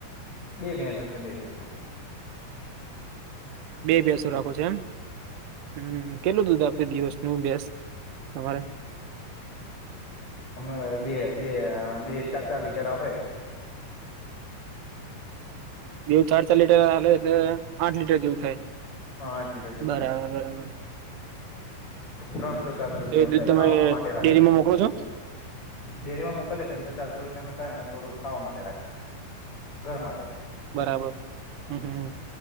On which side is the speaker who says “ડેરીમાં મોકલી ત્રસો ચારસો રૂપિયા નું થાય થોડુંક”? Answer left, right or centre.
Left